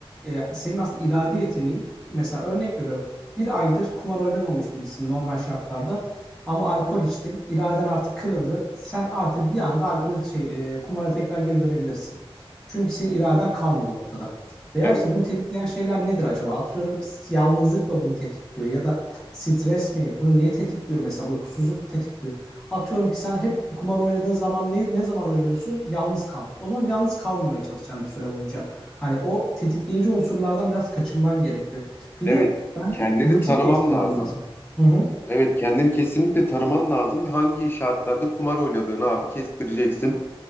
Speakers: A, in the centre; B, on the left.
A: ee, senin aslında irade yeteneğin mesela örnek veriyorum bir aydır kumar oynamamış birisin normal şartlarda ama alkol içtin. iraden artık kırıldı. Sen artık bir anda alkol şey, ee, kumara tekrar geri dönebilirsin. Çünkü senin iraden kalmadı ortada. Veya
B: Evet.
A: işte bunu tetikleyen şeyler nedir acaba? Atıyorum yalnızlık mı bunu tetikliyor ya da stres mi? Bunu neyi tetikliyor mesela? Uykusuzluk mu tetikliyor? Atıyorum ki sen hep kumar oynadığın zaman ne, ne zaman oynuyorsun? Yalnız kal. O zaman yalnız kalmamaya çalışacaksın bir süre boyunca. Hani o tetikleyici unsurlardan biraz kaçınman gerekiyor. Bir
B: Evet.
A: de bence
B: Kendini
A: rutin
B: tanıman
A: değiştirmen
B: lazım.
A: lazım. Hı hı.
B: Evet, kendini kesinlikle tanıman lazım ve hangi şartlarda kumar oynadığını abi kestireceksin.